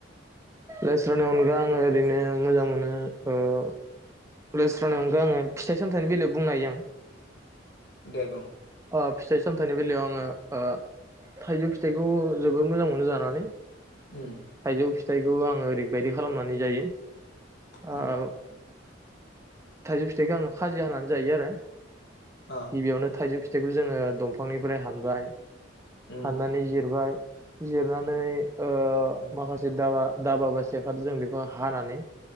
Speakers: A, on the right (about 15°); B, on the left (about 60°).
A: लेस्रानि अनगा आङो ओरैनो मोजां मोनो ओ लेस्रानि अनगा आङो फिथाइ सामथाइनि बेलायाव बुंनो हायो आं।
B: दे बुं
A: ओ फिथाइ सामथाइनि बेलायाव आङो ओ थाइजौ फिथाइ खौ जोबोर मोनो जानानै
B: उम
A: थाइजौ फि बेखौ आङो ओरैबायदि खालामनानै जायो
B: उम
A: आ ओ थाइजौ फिथाइखौ आङो खाजि हानानै जायो आरो
B: अ
A: गिबियावनो थाइजौ फिथाइखौ फिथाइखौ जोङो दंफांनिफ्राय हानबाय
B: उम
A: हाननानै जिरबाय जिरनानै ओ
B: उम
A: माखासे दाबा दाबा एबा सिखोजों जों बेखौ हानानै